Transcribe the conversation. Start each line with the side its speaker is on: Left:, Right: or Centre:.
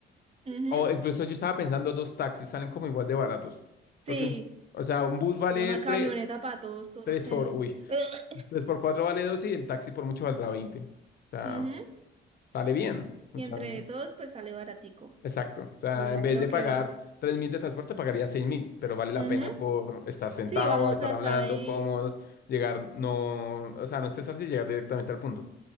Right: Ujú,
Left: O incluso yo estaba pensando, dos taxis salen como igual de baratos. Porque,
Right: Sí.
Left: un- o sea, un bus vale
Right: Una
Left: tres
Right: camioneta para todos, todos
Left: tres
Right: en...
Left: por, uy,
Right: <laughs>
Left: 3 por 4 vale 12 y el taxi por mucho valdrá veinte O sea,
Right: Ujú.
Left: sale bien. O
Right: Y
Left: sea,
Right: entre todos, pues sale baratico.
Left: exacto. O sea,
Right: Ay, no
Left: en vez
Right: creo
Left: de
Right: que...
Left: pagar
Right: nos-
Left: tres mil de transporte, pagaría seis mil, pero vale la
Right: Ujú.
Left: pena por estar sentado,
Right: Sí, vamos
Left: estar
Right: a estar
Left: hablando,
Right: ahí.
Left: cómodo, llegar, no, o sea, no estresarse y llegar directamente al punto.